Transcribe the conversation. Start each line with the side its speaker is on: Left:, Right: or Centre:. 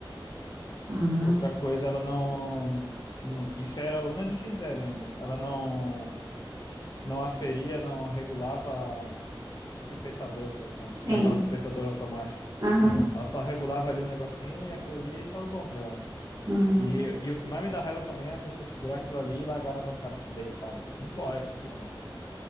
Right: Ah.
Left: Outra coisa, ela não, não... Isso era aluna de Gisele ainda. Ela não, não aferia, não regulava o pipetador, por exemplo,
Right: Sim.
Left: com aquela pipetadora automática.
Right: Aham.
Left: Ela só regulava ali o negocinho e aquilo ali tava bom pra ela.
Right: Uhum.
Left: E, e o que mais me dá raiva também é a pessoa segurar aquilo ali e largar na bancada assim, deitado. Não pode, pô.